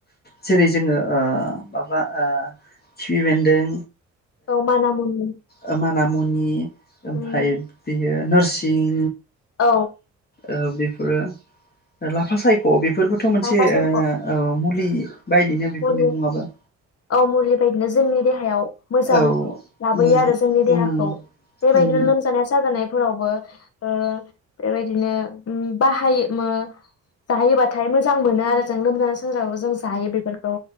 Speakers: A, on the left (about 30°); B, on the left (about 55°).
A: जेरै जोङो माबा। ओ खिफि बेन्दों।
B: औ माना मुनि
A: ओ मानामुनि ओमफाय
B: उम
A: बेयो। नोरसिं।
B: औ।
A: ओ बेफोरो। लाफा सायख बेफोर बोथ मोनसे
B: लाफा सायख'
A: ओ औ मुलि बायदिनो बेफोर
B: मुलि
A: मैगङाबो
B: औ मुलि बायदिनो जोंनि देहायाव मोजां
A: औ
B: लाबोयो
A: मोजां
B: आरो जोंनि देहाखौ
A: उम
B: बेबायदिनो
A: उम
B: लोमजानाय साजानाय फोरावबो ओ बेबायदिनो बाहायो मो जाहोयोबाथाय मो मोजां मोनो आरो जों लोमजा साजोराव जों जायो बेफोरखौ